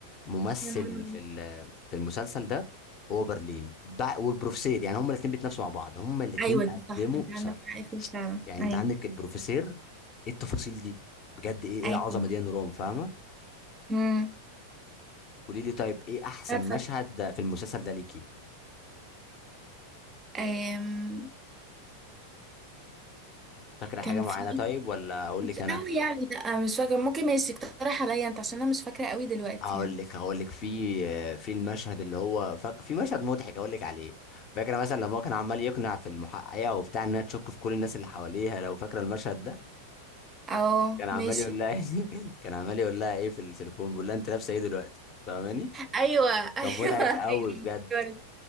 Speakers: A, on the left (about 35°); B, on the right (about 20°).
A: ممثل
B: يا نهار أبيض.
A: في ال- في المسلسل ده هو برلين بع- والبروفيسير يعني هما الاثنين بيتنافسوا مع بعض هما الاثنين
B: ايوه دي صح
A: قدموا
B: انت
A: بصراحه
B: عندك حق فيها فعلا
A: يعني
B: ايوه
A: انت عندك البروفيسير ايه التفاصيل دي بجد ايه ايه
B: ايوه
A: العظمه دي يا نوران فاهمه
B: امم
A: قولي لي طيب ايه احسن
B: عارفه
A: مشهد في المسلسل ده ليكي
B: أم...
A: فاكره حاجه
B: كان
A: معينه
B: في
A: طيب ولا اقول
B: مش
A: لك انا
B: قوي يعني لا مش فاكره ممكن ماشي اقترح عليا انت عشان انا مش فاكره قوي دلوقتي
A: هقول
B: يعني
A: لك هقول لك في في المشهد اللي هو ف... في مشهد مضحك هقول لك عليه فاكره مثلا لما هو كان عمال يقنع في المحققه وبتاع انها تشك في كل الناس اللي حواليها لو فاكره المشهد ده
B: اه
A: كان عمال
B: ماشي
A: يقول لها <laughs> كان عمال يقول لها ايه في التليفون بيقول لها انت لابسه ايه دلوقتي فاهماني
B: ايوه ايوه
A: كان مضحك قوي
B: <laughs> ايوه
A: بجد
B: افتكرت